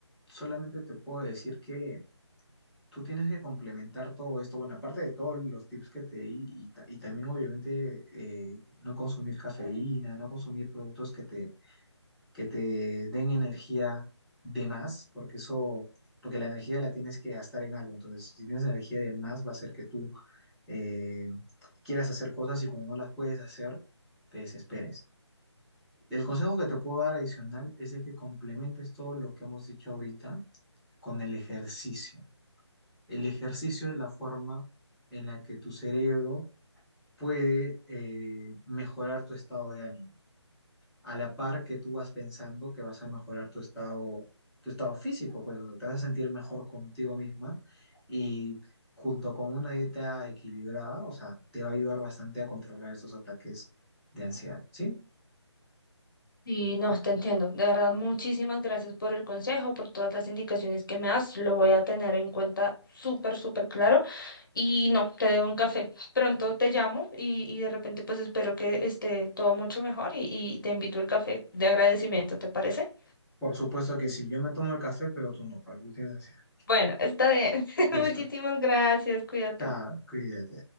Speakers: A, in the centre; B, on the left (about 45°).
A: solamente te puedo decir que tú tienes que complementar todo esto. Bueno, aparte de todos los tips que te di, y, ta- y también obviamente eh, no consumir cafeína, no consumir productos que te que te den energía de más, porque eso, porque la energía la tienes que gastar en algo. Entonces, si tienes energía de más, va a ser que tú eh, quieras hacer cosas y cuando no las puedes hacer, te desesperes. El consejo que te puedo dar adicional es de que complementes todo lo que hemos dicho ahorita con el ejercicio. El ejercicio es la forma en la que tu cerebro puede eh, mejorar tu estado de ánimo. a la par que tú vas pensando que vas a mejorar tu estado, tu estado físico, pues o sea, te vas a sentir mejor contigo misma y junto con una dieta equilibrada, o sea, te va a ayudar bastante a controlar esos ataques de ansiedad, ¿sí?
B: Y no, te entiendo. De verdad, muchísimas gracias por el consejo, por todas las indicaciones que me das. Lo voy a tener en cuenta súper, súper claro. Y no, te debo un café. Pronto te llamo y, y de repente pues espero que esté todo mucho mejor y, y te invito al café de agradecimiento, ¿te parece?
A: Por supuesto que sí, yo me tomo el café, pero tú no, porque tú tienes ansiedad.
B: Bueno, está bien. <laughs>
A: Listo.
B: Muchísimas gracias, cuídate.
A: Chao, cuídate.